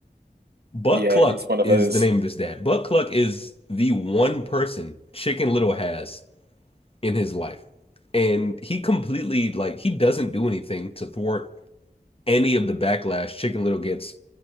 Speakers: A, on the left; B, on the right.
A: Buck
B: Yeah,
A: Cluck
B: it's one of
A: is
B: those.
A: the name of his dad. Buck Cluck is the one person Chicken Little has in his life. And he completely, like, he doesn't do anything to thwart any of the backlash Chicken Little gets